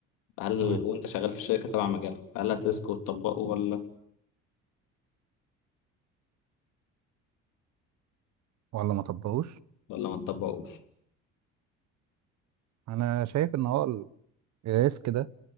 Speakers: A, on the left (about 85°); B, on the right (about 60°).
A: هل
B: تمام
A: وانت شغال في الشركه تبع مجالك هل هتسكت وتطبقه ولا
B: ولا ما طبقوش
A: ولا ما تطبقوش
B: انا شايف ان هو الريسك ده